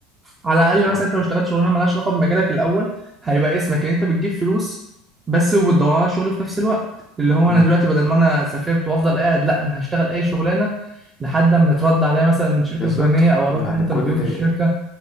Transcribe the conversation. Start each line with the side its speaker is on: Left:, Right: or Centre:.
Right: على الاقل
Left: يعني
Right: مثلا انت ما اشتغلتش شغلانه مالهاش علاقه بمجالك الاول هيبقى اسمك ان انت بتجيب فلوس بس وبتدور على شغل في نفس الوقت اللي هو
Left: مم.
Right: انا دلوقتي بدل ما انا سافرت وافضل قاعد لا انا هشتغل اي شغلانه لحد اما يترد عليا مثلا من الشركه
Left: بالظبط
Right: الفلانيه او اروح
Left: يعني
Right: انترفيو
Left: كل
Right: في الشركه